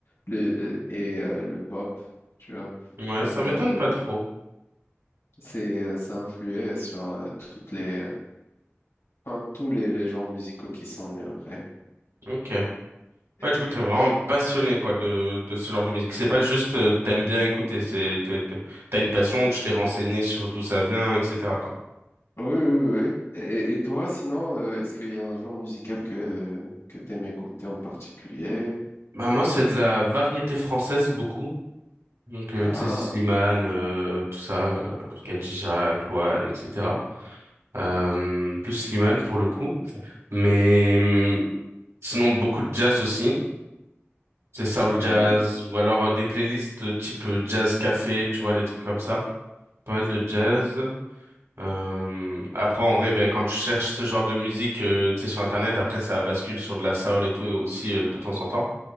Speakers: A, on the left; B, on the right.
A: le, euh, et euh, le pop, tu vois.
B: Ouais,
A: Donc,
B: ça m'étonne
A: euh,
B: pas trop.
A: c'est, euh, ça influait sur euh, toutes les, enfin, tous les, les genres musicaux qui sont venus après.
B: Ok.
A: Et-
B: Ouais, du coup, t'es
A: euh,
B: vraiment
A: t'as-
B: passionné, quoi, de, de ce genre de musique. C'est pas juste, euh, t'aimes bien écouter. C'est, t'es- t'es- t'as une passion, tu t'es renseigné sur d'où ça vient, etc.
A: Oui, oui, oui. oui. Et, et toi, sinon, euh, est-ce qu'il y a un genre musical que, que tu aimes écouter en particulier?
B: Bah, moi, c'est de la variété française beaucoup. Donc, euh,
A: Ah,
B: tu sais, Slimane, euh, tout ça, euh, Kenji Girac, Louane, etc. Euh, plus Slimane pour le coup. Mais hum, sinon, beaucoup de jazz aussi. C'est soul
A: ah,
B: jazz
A: ouais.
B: ou alors euh, des playlists euh, type euh, jazz café, tu vois, des trucs comme ça. Pas mal de jazz. Euh, après, en vrai, ben, quand tu cherches ce genre de musique, euh, tu sais, sur Internet, après, ça bascule sur de la soul et tout, et aussi euh, de temps en temps.